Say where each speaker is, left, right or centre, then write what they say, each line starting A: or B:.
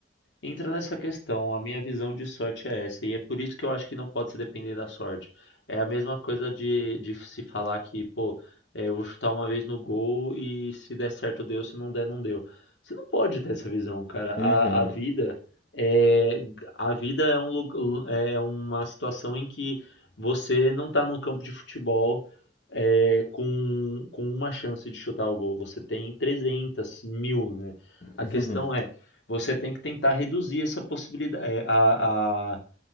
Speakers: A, on the left; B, on the left.
A: Entra nessa questão, a minha visão de sorte é essa, e é por isso que eu acho que não pode se depender da sorte. É a mesma coisa de, de se falar que, pô, é, eu vou chutar uma vez no gol e se der certo deu, se não der, não deu. Você não pode ter essa visão, cara. A,
B: Uhum.
A: a vida é, a vida é, um, lu- é é uma situação em que você não tá no campo de futebol é, com, com uma chance de chutar o gol. Você tem 300, mil, né? A
B: <laughs> uhum.
A: questão é. Você tem que tentar reduzir essa possibilidade, é, a, a,